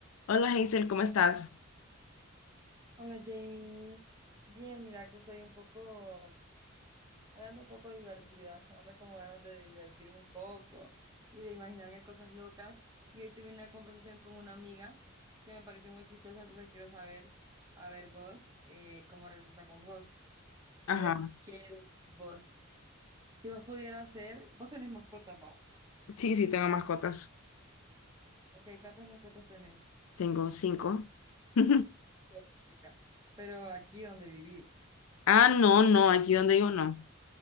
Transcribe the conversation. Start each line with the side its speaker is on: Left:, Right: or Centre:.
Left: Hola Hazel, ¿cómo estás?
Right: Hola Jamie, bien, mira que estoy un poco, hoy ando un poco divertida, <laughs> ando como ganas de divertirme un poco y de imaginarme cosas locas. Y hoy tuve una conversación con una amiga que me pareció muy chistosa, entonces quiero saber, a ver vos, eh, cómo resulta con vos.
Left: Ajá,
Right: A ver, ¿qué decís vos? Si vos pudieras ser, vos tenés mascota, pa.
Left: sí, sí, tengo mascotas.
Right: Ok, ¿cuántas mascotas tenés?
Left: Tengo cinco. <laughs>
Right: Cuatro, chica. Pero aquí donde vivís,
Left: Ah, no, no, aquí donde digo no.